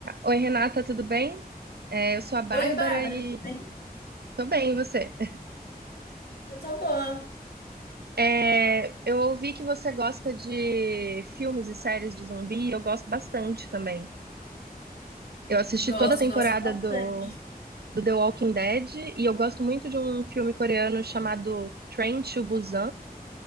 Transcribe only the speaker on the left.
Oi, Bárbara,
tudo bem?
Eu tô boa.
Gosto,
gosto bastante.